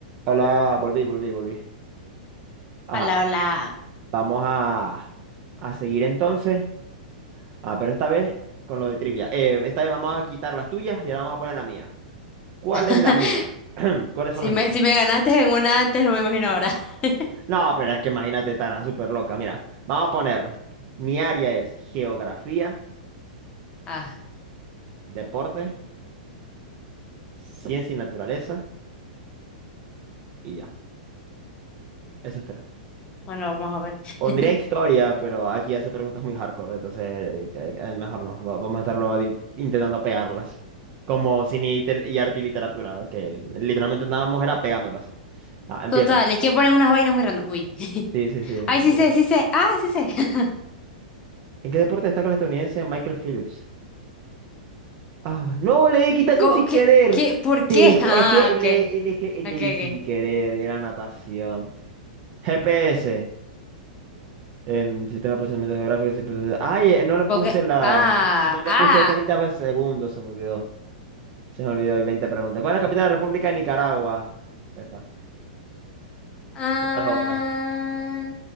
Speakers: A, on the right (about 40°); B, on the left (about 25°).
A: Hola, volví, volví, volví. Ajá,
B: Hola, hola.
A: vamos a, a seguir entonces. Ah, pero esta vez con lo de trivia. Eh, esta vez vamos a quitar las tuyas y ahora vamos a poner la mía. ¿Cuál
B: <laughs>
A: es la mía? <clears throat> ¿Cuáles
B: Si
A: son las
B: me,
A: mías?
B: si me ganaste en una antes, no me imagino ahora. <laughs>
A: No, pero es que imagínate, tan súper loca. Mira, vamos a poner, mi área es geografía,
B: Ah,
A: deporte, ciencia y naturaleza y ya. Esas tres.
B: bueno, vamos a ver.
A: Pondría
B: <laughs>
A: historia, pero aquí hace preguntas muy hardcore, entonces eh, que- que mejor no. va- Vamos a estar luego di- intentando pegarlas. Como cine y, tel- y arte y literatura, que literalmente andábamos era pegándolas. Ah, empiezo.
B: Total, es que ponen unas vainas muy random. Uy. <laughs>
A: Sí, sí, sí.
B: Ay,
A: burro.
B: sí sé, sí sé. Ah, sí sé. <laughs>
A: ¿En qué deporte destaca el estadounidense Michael Phillips? Ah, no, le di equitación
B: ¿Cómo?
A: sin
B: ¿Qué?
A: querer.
B: ¿Qué? ¿Por
A: Te
B: qué?
A: ju-
B: <laughs> Ah,
A: es que le,
B: ok.
A: le- es que
B: Ok,
A: le di
B: ok.
A: sin querer, era natación. GPS, em, sistema de posicionamiento geográfico. sí, pues, Ay, eh, no
B: Supongo
A: le puse
B: que...
A: la.
B: Ah,
A: No le
B: ah.
A: puse 30 segundos, se me olvidó. Se me olvidó, y 20 preguntas. ¿Cuál es la capital de la República de Nicaragua? Esta.
B: Ah.
A: ¿Cuál era la otra?